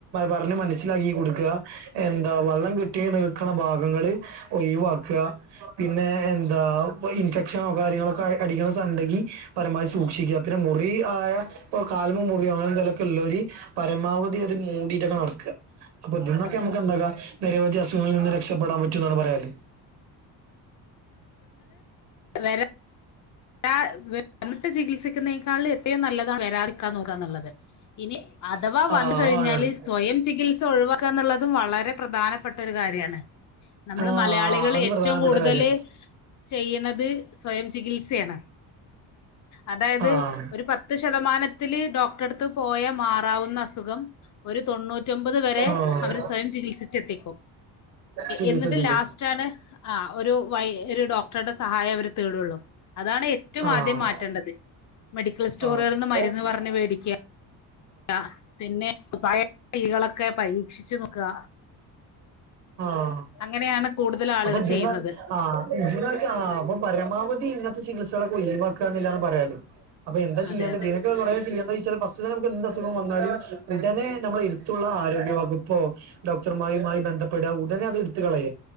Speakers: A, on the right; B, on the left.
A: പറഞ്ഞ് മനസ്സിലാക്കി കൊടുക്കുക എന്താ വള്ളം കിട്ടിയെ നിൽക്കണ ഭാഗങ്ങള് ഒയിവാക്ക പിന്നെ എന്താ ഇപ്പൊ ഇൻഫെക്ഷനോ കാര്യങ്ങളോൊക്കെ അടിക്കണ സണ്ടങ്കി പരമാവധി സൂക്ഷിക്കുക പിന്നെ മു മുറി ആയ ഇപ്പൊ കാൽമ മുറിയോ അങ്ങനെന്തലൊക്കെല്ലോല് ഒരു പരമാവധി അത് മൂടീട്ടൊക്കെ നടക്കുക അപ്പൊ ഇതിന്നൊക്കെ
B: അതെ
A: നമുക്ക് എന്താകാ നിരവധി അസുഖങ്ങളിൽ നിന്ന് രക്ഷപ്പെടാൻ പറ്റും എന്നാണ് പറയാല്
B: വേറെ ടാ വി വിട്ട് ചികിത്സിക്കുന്നതിനേക്കാൾ എത്രയും നല്ലതാണ് വരാതിരിക്കാൻ നോക്കാ എന്നുള്ളത് ഇനി അഥവാ വന്ന്
A: ആഹ്
B: കഴിഞ്ഞാല്
A: ആണാണ്
B: സ്വയം ചികിത്സ ഒഴിവാക്കാ എന്നുള്ളതും വളരെ പ്രധാനപ്പെട്ട ഒരു കാര്യാണ് നമ്മള്
A: ആഹ്
B: മലയാളികൾ
A: അത്
B: ഏറ്റവും
A: പ്രധാനപ്പെട്ട
B: കൂടുതല്
A: കാര്യാണ്
B: ചെയ്യുന്നത് സ്വയം ചികിത്സയാണ് അതായത്
A: ആഹ്
B: ഒരു പത്ത് ശതം ശതമാനത്തില് ഡോക്ടറെ അടുത്ത് പോയാ മാറാവുന്ന അസുഖം ഒരു തൊണ്ണൂറ്റ് ശ നൂറ്റൊമ്പത് വരെ
A: ആഹ്
B: അവർ സ്വയം ചികിത്സിച്ചെത്തിക്കും
A: ചികിത്സിക്കും
B: എന്നിട്ട് ലാസ്റ്റ് ആണ് ആ ഒരു വയ് ഒരു ഡോക്ടറുടെ സഹായം അവർ തേടുള്ളൂ അതാണ് ഏറ്റവും
A: ആഹ്
B: ആദ്യം മാറ്റേണ്ടത് മെഡിക്കൽ സ്റ്റോറുകളിൽ
A: ആഹ്
B: നിന്ന് മരുന്ന് പറഞ്ഞ് മേടിക്കുക ക പിന്നെ ഉപായ കൈകളൊക്കെ പരീക്ഷിച്ചു നോക്കുക
A: ആഹ്
B: അങ്ങനെയാണ് കൂടുതൽ ആളുകൾ
A: അപ്പൊ ഇതിന്ന്
B: ചെയ്യുന്നത്
A: ആ ഇതിനക്കെ ആ അപ്പൊ പരമാവധി ഇങ്ങത്തെ ചികിത്സകളൊക്കെ ലീവാക്കാന്ന്ല്ല ആണ് പറയാല്ലേ അപ്പൊ എന്താ ചെയ്യാണ്ട്
B: അതെ അതെ
A: ഇതിനക്കെ എന്താ ചെയ്യാന്നോയ്ച്ചാൽ ഫസ്റ്റിൽ തന്നെ നമുക് ഉടനെ നമ്മൾ ഇരുത്തുള്ള ആരോഗ്യ വകുപ്പൊ ഡോക്ടർമാരുമായി ബന്ധപ്പെടുക ഉടൻ അല്ലങ്കി അതെടുത്തു കളയ